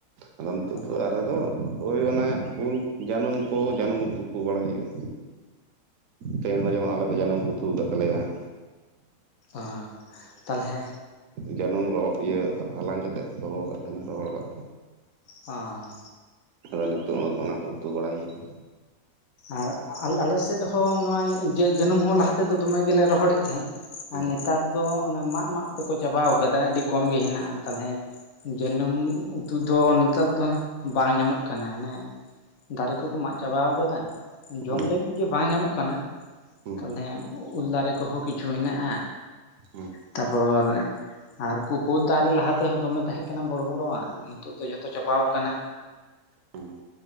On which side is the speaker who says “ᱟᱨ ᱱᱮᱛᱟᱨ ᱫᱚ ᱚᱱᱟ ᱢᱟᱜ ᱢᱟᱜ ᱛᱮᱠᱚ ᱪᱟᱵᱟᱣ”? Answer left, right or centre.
Left